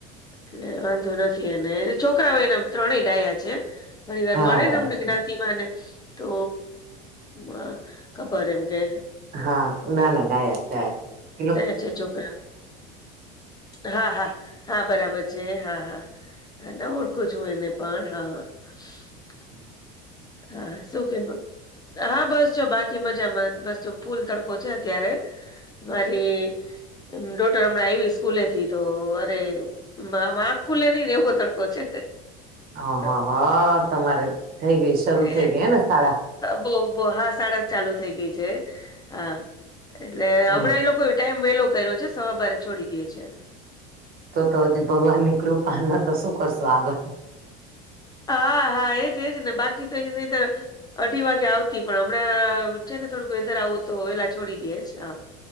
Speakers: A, on the left (about 20°); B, on the right (about 50°).
A: એટલે વાંધો નથી થી એને છોકરાઓ એના ત્રણેય ડાયા છે, ઘણી વાર
B: હા
A: મળે
B: ડાયસ
A: ને અમને જ્ઞાતિમાં ને તો મ ખબર એમ કે
B: હા ના ના ડાયા છે ડાયા છે.
A: ડાયા છે છોકરા હા હા હા બરાબર છે, હા હા ના ઓળખું છું એને પણ હા. હા
B: હા
A: હા શું કીધું હા બસ જો બાકી મજામાં બસ તો ફૂલ તડકો છે અત્યારે મારી ડોટર હમણાં આવી સ્કૂલે થી તો અરે મા મા ખુલે ને એવો તડકો છે.
B: હ
A: તો
B: હ હા તમારે થઈ ગઈ શરૂ
A: એ
B: થઈ ગઈ હ ને શાળા
A: બો બો હા શાળા ચાલુ થઈ ગઈ છે હા એટલે
B: હમ
A: હમણાં એ લોકો ટાઈમ વેલો કર્યો છે સવા બારે છોડી દે છે
B: તો તો હજી ભગવાન ની કૃપાને તો શું કરશો આગળ
A: હા હા એજ એજ ને બાકી તો એ અઢી વાગે આવતા પણ હમણાં છેને, થોડુંક વેધર આવું તો વેલા છોડી દે હા